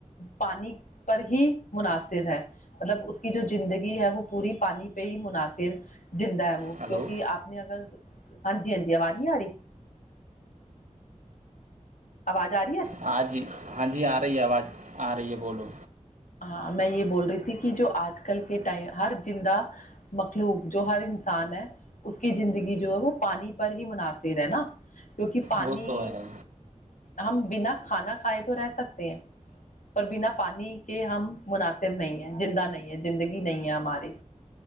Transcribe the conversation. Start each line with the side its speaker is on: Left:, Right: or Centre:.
Left: پانی پر ہی مناصر ہے مطلب اس کی جو زندگی ہے وہ پوری پانی پہ ہی مناصر زندہ ہے وہ
Right: ہلو
Left: کیونکہ آپ ہاں جی ہاں جی آواز نہیں آ رہی آواز آ رہی ہے
Right: ہاں جی ہاں جی آ رہی ہے آواز آ رہی ہے بولو
Left: ہاں میں یہ بول رہی تھی کہ جو آج کل کے ٹائم ہر زندہ مخلوق جو ہر انسان ہے اس کی زندگی جو ہے وہ پانی پر ہی مناصر ہے نا کیونکہ پانی
Right: وہ تو ہے
Left: ہم بنا کھانا کھائے تو رہ سکتے ہیں پر بنا پانی کہ ہم مناسب نہیں ہے زندہ نہیں ہے زندگی نہیں ہے ہماری